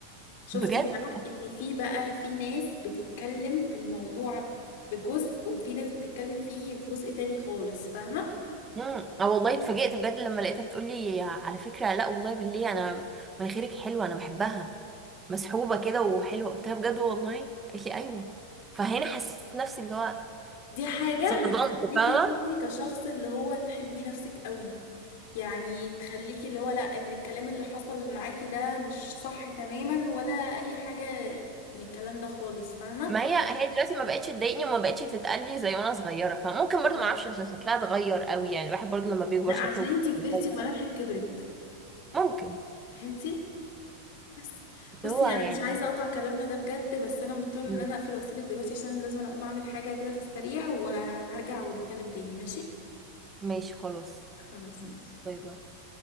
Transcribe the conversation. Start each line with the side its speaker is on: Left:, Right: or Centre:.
Left: شفتي
Right: بجد
Left: بقى ان في بقى في ناس بتتكلم في الموضوع بجزء وفي ناس بتتكلم فيه بجزء تاني خالص فاهمة
Right: امم اه والله اتفاجئت بجد لما لقيتها بتقولي على فكره لا والله بالله انا مناخيرك حلوه انا بحبها مسحوبه كده وحلوه قلت لها بجد والله قالت لي ايوه فهنا حسيت نفسي اللي هو
Left: دي حاجة
Right: اتصدمت
Left: تخليكي
Right: فاهمه
Left: انتي كشخص اللي هو تحبي نفسك قوي يعني تخليكي اللي هو لا ان الكلام اللي حصل معاكي ده مش صح تماما ولا اي حاجة من الكلام ده خالص فاهمة
Right: ما هي هي دلوقتي ما بقتش تضايقني وما بقتش تتقلي زي وانا صغيره فممكن برضو
Left: مم.
Right: ما اعرفش عشان شكلها اتغير قوي يعني الواحد برضو لما بيكبر
Left: لا
Right: شكله
Left: عشان انتي كبرتي
Right: بيتغير
Left: وملامحك
Right: او كده
Left: كبرت
Right: ممكن
Left: فهمتي بس
Right: بس
Left: بصي
Right: هو يعني
Left: انا مش عايزه اقطع كلامنا ده بجد بس انا مضطره
Right: مم.
Left: ان انا اقفل واسيبك دلوقتي عشان أنا لازم أنا اقوم اعمل حاجه كده في السريع وهرجع ونتكلم تاني ماشي
Right: ماشي خلاص
Left: خلاص
Right: ماشي.
Left: ماشي
Right: باي باي